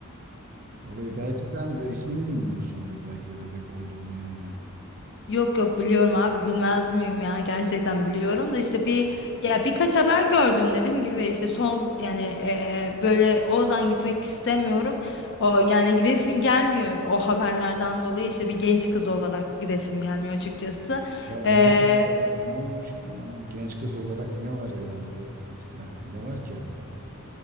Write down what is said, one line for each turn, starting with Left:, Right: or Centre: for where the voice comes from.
Right: Orayı belki sen be- ismini bilmiyorsundur belki de bebek olduğunu yani.
Left: Yok yok biliyorum abi bilmez miyim ya gerçekten biliyorum da işte bir ya birkaç haber gördüm dediğim gibi işte son yani e, böyle Ozan gitmek istemiyorum o yani gidesim gelmiyor o haberlerden dolayı işte bir genç kız olarak gidesim gelmiyor açıkçası
Right: Ya ne
Left: E,
Right: var mı böyle ne olmuş ki ben anlamı genç kız olarak ne var yani Bu- sen ne var ki haberde?